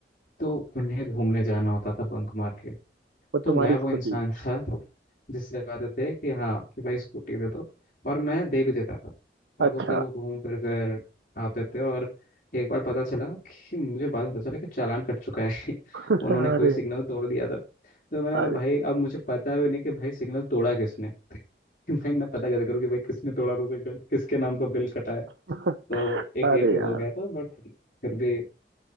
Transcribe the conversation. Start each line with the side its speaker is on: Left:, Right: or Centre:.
Left: तो उन्हें घूमने जाना होता था बंक मार के
Right: वो
Left: तो
Right: तुम्हारी
Left: मैं वो
Right: स्कूटी
Left: इंसान <laughs> था जिससे आदत है कि हाँ कि भाई स्कूटी दे दो और मैं दे भी देता था और
Right: अच्छा
Left: वो फिर वो घूम फिर कर आते थे और एक बार पता चला कि मुझे बाद में पता चला कि चालान कट चुका है <laughs>
Right: <laughs>
Left: उन्होंने
Right: अरे
Left: कोई सिग्नल तोड़ दिया था तो मैंने
Right: अरे
Left: बोला भाई अब मुझे पता भी नहीं कि भाई सिग्नल तोड़ा किसने <laughs> कि भाई मैं पता कैसे करूँ कि भाई किसने तोड़ा था सिग्नल किसके नाम पर बिल कटा है
Right: <laughs>
Left: तो एक
Right: अरे
Left: ये चीज़
Right: यार
Left: हो गया था बट फिर भी